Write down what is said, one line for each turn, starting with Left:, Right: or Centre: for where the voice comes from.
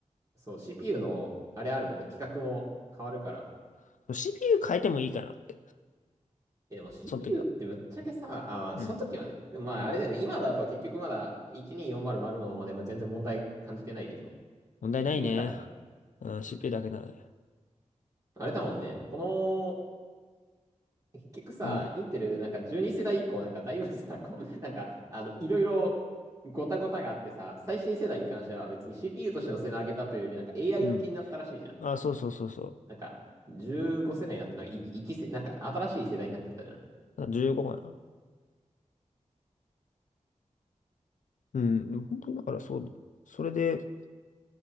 Right: そう、CPU の、あれあるもんね、規格も変わるから。
Left: うん。CPU 変えてもいいかなって。
Right: え、でも CPU
Left: その時は。
Right: ってぶっちゃけさ、あ、まあ、
Left: うん。
Right: その時はね、でもまあ、
Left: うん。
Right: あれだよね、今だと結局まだ12400のまるまで、まで全然問題感じてないでしょ
Left: 問題ないね。
Right: ?CPU だけは。
Left: うん、CPU だけならね。
Right: あれだもんね、この結局さ、
Left: うん。
Right: インテル、なんか12世代以降、なんかだいぶさ、こう、<laughs> なんか、あの、いろいろごたごたがあってさ、最新世代に関しては別に CPU としての性能上げたというより、なんか AI
Left: うん。
Right: 向けになったらしいじゃん。
Left: あ、そうそうそうそ
Right: なんか、15世代になったな、1、一世、なんか新しい世代になってたじゃん。
Left: う。あ15かな。うん。でも本当にだからそう。それで、